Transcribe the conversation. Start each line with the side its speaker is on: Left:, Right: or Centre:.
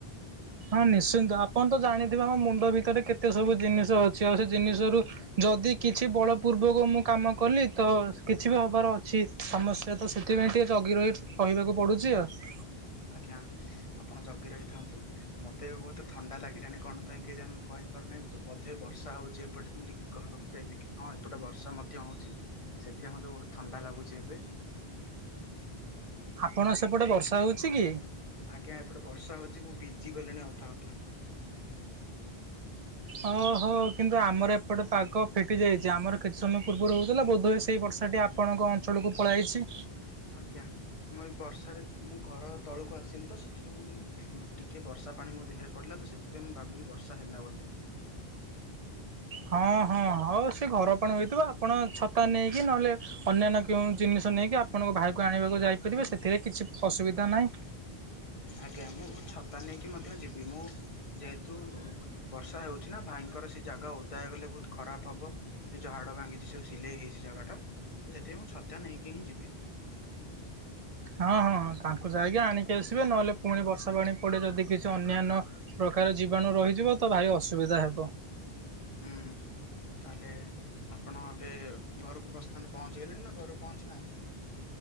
Right: ହଁ, ନିଶ୍ଚିନ୍ତ, ଆପଣ ତ ଜାଣିଥିବେ, ଆମ ମୁଣ୍ଡ ଭିତରେ କେତେ ସବୁ ଜିନିଷ ଅଛି, ଆଉ ସେ ଜିନିଷ ରୁ ଯଦି କିଛି ବଳ ପୂର୍ବକ ମୁଁ କାମ କଲି, ତ କିଛି ବି ହବାର ଅଛି। ସମସ୍ୟା ତ ସେଥିପାଇଁ ଟିକେ ଜଗି ରହି ରହିବାକୁ ପଡୁଛି ଆଉ।
Left: ଆଜ୍ଞା, ଆପଣ ଜଗି ରହିଥାନ୍ତୁ। ମତେ ବହୁତ ଥଣ୍ଡା ଲାଗିଲାଣି, କଣ ପାଇଁ କେଜାଣି ମୁଁ କହିପାରୁନିଁ। ବୋଧେ ବର୍ଷା ହଉଛି ଏପଟେ, ମୁଁ ଟିକେ ଘର ଯ ଦେଖେ। ହଁ, ଏପଟେ ବର୍ଷା ମଧ୍ୟ ହଉଛି, ସେଥିପାଇଁ ମତେ ବହୁତ ଥଣ୍ଡା ଲାଗୁଛି ଏବେ।
Right: ଆପଣ ସେପଟେ ବର୍ଷା ହଉଛି କି?
Left: ଆଜ୍ଞା, ଏପଟେ ବର୍ଷା ହଉଛି। ମୁଁ ଭିଜିି ଗଲିଣି ଅଧା ଅଧା।
Right: ଓହୋ, କିନ୍ତୁ ଆମର ଏପଟେ ପାଗ ଫିଟି ଯାଇଛି, ଆମର କେତେ ସମ ପୂର୍ବରୁ ହଉଥିଲା, ବୋଧହୁଏ ସେଇ ବର୍ଷାଟି ଆପଣଙ୍କ ଅଞ୍ଚଳକୁ ପଳାଇଛି।
Left: ଆଜ୍ଞା। ମୁଁ ବର୍ଷାରେ ମୁଁ ଘର ତଳକୁ ଆସିଲି, ତ ସେଥିପାଇଁ ମୁଁ ଟିକେ ବର୍ଷା ପାଣି ମୋ ଦେହରେ ପଡିଲା, ତ ସେ ଏଥିପାଇଁ ମୁଁ ଭାବିଲି ବର୍ଷା ହେଲା ବୋଧେ।
Right: ହଁ, ହଁ, ହଉ ସେ ଘରପଣ ହୋଇଥିବ, ଆପଣ ଛତା ନେଇକି, ନହେଲେ ଅନ୍ୟାନ୍ୟ କେଉଁ ଜିନିଷ ନେଇକି, ଆପଣଙ୍କ ଭାଇକୁ ଆଣିବାକୁ ଯାଇପାରିବେ, ସେଥିରେ କିଛି ଅସୁବିଧା ନାହିଁ।
Left: ଆଜ୍ଞା, ମୁଁ ଛତା ନେଇକି ମଧ୍ୟ ଯିବି। ମୁଁ ଯେହେତୁ ବର୍ଷା ହଉଛି ନା, ଭାଇଙ୍କର ସେ ଜାଗା ଓଦା ହେଇଗଲେ ବହୁତ ଖରାପ ହବ। ସେ ଯୋ ହାଡ ଭାଙ୍ଗିଛି, ଯୋ ସିଲେଇ ହେଇଛି ଜାଗା ଟା, ସେଥିପାଇଁ ମୁଁ ଛତା ନେଇକି ହିଁ ଯିବି।
Right: ହଁ, ହଁ, ହଁ, ତାଙ୍କୁ ଯାଇକି ଆଣିକି ଆସିବେ, ନହେଲେ ପୁଣି ବର୍ଷା ପାଣି ପଡ଼େ ଯଦି କିଛି ଅନ୍ୟାନ୍ୟ ପ୍ରକାର ଜୀବାଣୁ ରହିଯିବ ତ ଭାଇ ଅସୁବିଧା ହେବ।
Left: ହୁଁ। ତାହେଲେ ଆପଣ ଏବେ ଘରକୁ ପ୍ରସ୍ଥାନ ପହଞ୍ଚିଗଲେଣି ନା, ଘରେ ପହଞ୍ଚି ନାହାନ୍ତି?